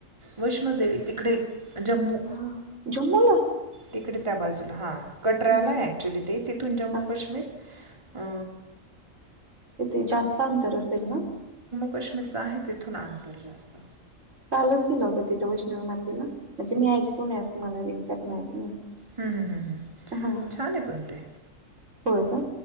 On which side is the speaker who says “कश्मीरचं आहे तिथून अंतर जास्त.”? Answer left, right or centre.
Right